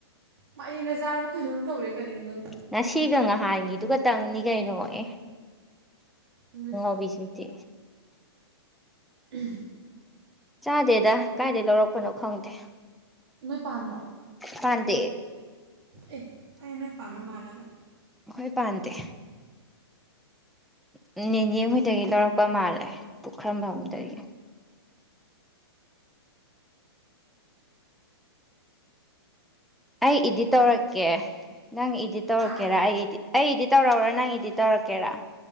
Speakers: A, on the right (about 65°); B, in the centre.
A: ꯃꯥꯩꯅ ꯆꯥꯔꯕ ꯀꯩꯅꯣꯝ ꯇꯧꯔꯦ ꯀꯔꯤꯅꯣ ꯅꯪ
B: ꯉꯁꯤꯒ ꯉꯍꯥꯟꯒꯤꯗꯨꯒꯇꯪꯅꯤ ꯌꯥꯏꯅꯉ ꯑꯦ
A: ꯑꯗꯨꯁꯨ
B: ꯎꯕꯤꯖꯤꯠꯇꯤ
A: ꯎꯝ
B: ꯆꯥꯗꯦꯗ ꯀꯥꯏꯗꯩ ꯂꯧꯔꯛꯄꯅꯣ ꯈꯪꯗꯦ ꯦ
A: ꯅꯣꯏ ꯄꯥꯟꯗ꯭ꯔꯣ
B: ꯄꯗꯦ
A: ꯑꯦ ꯑꯩ ꯅꯣꯏ ꯄꯥꯝꯃ ꯃꯥꯜꯂꯒ
B: ꯍꯣꯏ ꯄꯥꯟꯗꯦ ꯅꯅꯦꯅꯦ ꯍꯣꯏꯗꯒꯤ ꯂꯧꯔꯛꯄ ꯃꯥꯜꯂꯦ ꯄꯨꯈꯔꯝꯕ ꯑꯃꯗꯌꯦ <inaudible> ꯑꯩ ꯏꯗꯤꯠ ꯇꯧꯔꯛꯀꯦ ꯅꯪ ꯏꯗꯤꯠ ꯇꯧꯔꯛꯀꯦꯔ
A: ꯍꯥ
B: ꯑꯩ ꯏꯗꯤꯠ ꯑꯩ ꯏꯗꯤꯠ ꯇꯧꯔꯛꯎꯔ ꯅꯪ ꯏꯗꯤꯠ ꯇꯧꯔꯛꯀꯦꯔꯥ